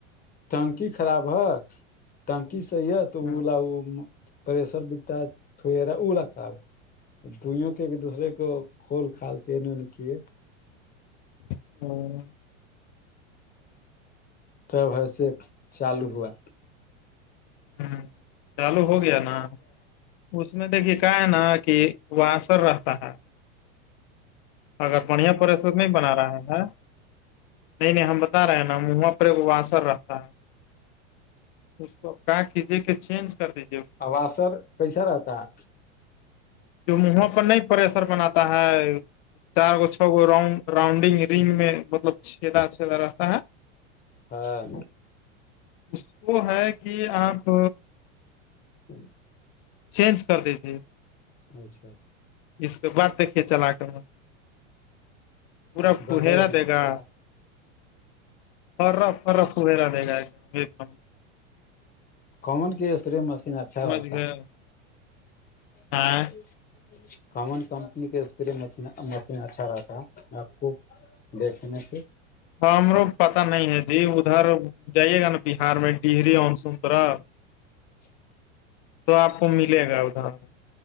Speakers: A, on the left; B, on the left.
A: ٹنکی خراب ہےت ٹنکی صحیحت ا
B: ہ
A: ل پریسر بکتا ہے تھ رہا ا ل خراب دوئیوں کے ایک دوسرے کو فھول کھال کے اینےنے کے
B: ہوں
A: تب ایسے چالو ہوا
B: ہوں چالو ہو گیا نا اس میں دیکھیے کہ ہے نا کہ وہاںسر رہتا ہے اگر بڑھیا پش نہیں بنا رہا ہے نہیں نہیں ہم بتا رہے ہیں نا ماں پ ایک وہ اثر رہتا ہے اس کو کا کیجیے کہ چینج کر دیجیے کو
A: اوثر کیسا رہتا ہے
B: جو منہوں پر نہیں پریسر بناتا ہے چار گو چھ گو رڈ رنڈنگ رنگ میں مطلب چھیدا چھیدا رہتا ہے
A: ہاں
B: اس کو ہے کہ آپ
A: ہوں
B: چینج کر دی ت
A: اچھا
B: اس کے بد دیکھیے چلا کر م پورا
A: گدے
B: پہرا
A: گدے
B: دے
A: چلے
B: گا اور رف رف وغیرہ دے گا ایک د ایک نم
A: کومن کی اسپرے مشین اچھا
B: سمجھ
A: رہتا
B: گئے
A: <unintelligible>
B: ہاں
A: کمن کمپنی کے اسپے مشین اچھا رہتا آپ کو دیکھ مسی
B: ہاں ہمرو پتا نہیں ہے جی ادھر جائیے گا نا بہار میں ڈہری آنسون پورا
A: ہ
B: تو آپ کو ملے گا ادھر